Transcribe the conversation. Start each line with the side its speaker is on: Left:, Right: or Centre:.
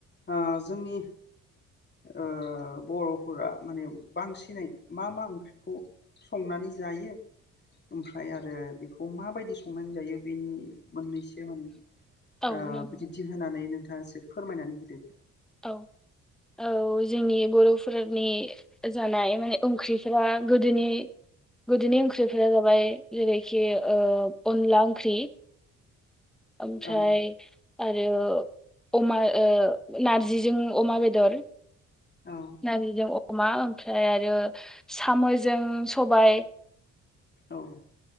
Left: ओ जोंनि ओ बर'फोरा माने बांसिनै मा मा ओंख्रिखौ संनानै जायो ओमफ्राय आरो बेखौ माबायदि संनानै जायो बेनि मोननैसो <unintelligible> ओ
Centre: औ नंगौ
Left: बिदिन्थि होनानै आसो फोरमायनानै होदो
Centre: औ औ जोंनि बर'फोरनि जानाय माने ओंख्रिफोरा गोदोनि गोदोनि ओंख्रिफोरा जाबाय जेरैखि ओ अनला ओंख्रि ओमफ्राय
Left: औ
Centre: आरो अमा ओ नारजिजों अमा बेदर
Left: औ
Centre: नारजिजों अ अमा ओमफ्राय आरो साम'जों सबाइ
Left: औ